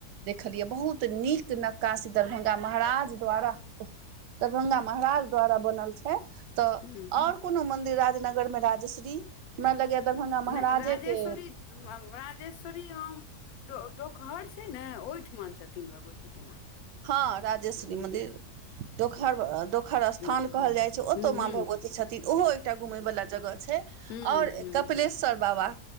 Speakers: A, on the right (about 90°); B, on the left (about 70°).
A: देखलियै बहुत नीक नक्कासी दरभंगा महाराज द्वारा दरभंगा महराज द्वारा बनल छै तऽ
B: हूँ
A: आओर कोनो मन्दिर राजनगरमे राजश्री हमरा लगैयै दरभंगा
B: नहि
A: महाराजे
B: राजेश्वरी
A: के
B: राजेश्वरी हम डोक डोकहर छै ने ओहिठम छथिन भगवती के नाम छैन
A: हँ राजेश्वरी मंदिरखर दोखहर स्थान
B: हूँ
A: कहल जाय छै ओतो
B: हूँ हूँ
A: माँ भगवती छथिन ओहो एकटा घुमय वला जगह छै
B: हूँ
A: आओर
B: हूँ
A: कपिलेश्वर बाबा